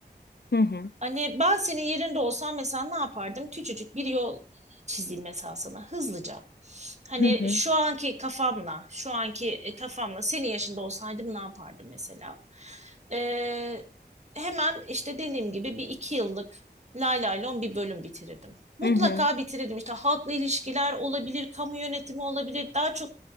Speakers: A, on the left; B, on the right.
A: Hı hı.
B: Hani ben senin yerinde olsam mesela ne yapardım? Küçücük bir yol çizeyim mesela sana hızlıca. Hani
A: Hı hı.
B: şu anki kafamla, şu anki e, kafamla senin yaşında olsaydım ne yapardım mesela? Ee, hemen işte dediğim gibi bir iki yıllık lay lay lon bir bölüm bitirirdim. Mutlaka
A: Hı hı.
B: bitirirdim. İşte halkla ilişkiler olabilir, kamu yönetimi olabilir. Daha çok